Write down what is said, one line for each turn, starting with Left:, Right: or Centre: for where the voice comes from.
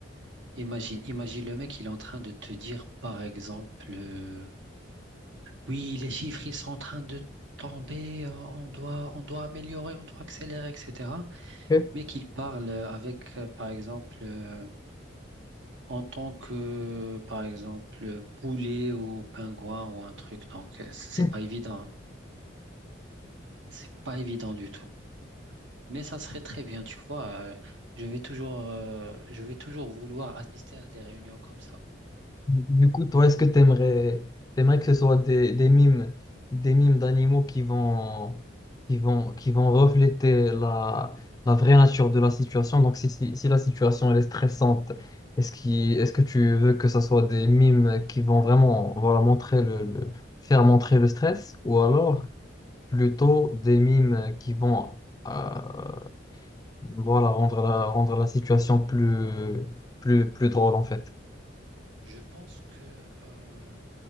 Right: imagine, imagine le mec, il est en train de te dire, par exemple, euh, oui, les chiffres, ils sont en train de tomber. euh, On doit, on doit améliorer, on doit accélérer, etc.
Left: ok.
Right: Mais qu'il parle avec, euh, par exemple, euh, En tant que, par exemple, poulet ou pingouin ou un truc, donc euh, c'est
Left: <laughs>
Right: pas évident. hein. C'est pas évident du tout. Mais ça serait très bien, tu vois. euh, je vais toujours, euh, je vais toujours vouloir assister à des réunions comme ça.
Left: Du coup, toi, est-ce que tu aimerais, que ce soit des, des mimes, des mimes d'animaux qui vont, qui vont, qui vont refléter la, la vraie nature de la situation? Donc, si, si, si la situation elle est stressante, est-ce qui, est-ce que tu veux que ce soit des mimes qui vont vraiment, voilà, montrer le, le- faire montrer le stress? Ou alors, plutôt des mimes qui vont euh, voilà, rendre la, rendre la situation plus, plus, plus drôle en fait.
Right: Je pense que euh,